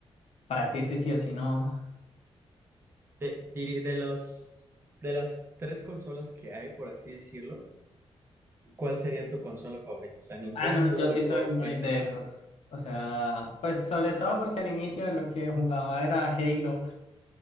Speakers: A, on the left; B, on the right.
A: para decir si sí o si no.
B: De, diri- de los, de las tres consolas que hay, por así decirlo, ¿cuál sería tu consola favorita? O sea, Nintendo,
A: Ah, no, yo sí
B: Xbox,
A: soy muy
B: PlayStation.
A: de Xbox. O sea, pues sobre todo porque al inicio lo que jugaba era Halo.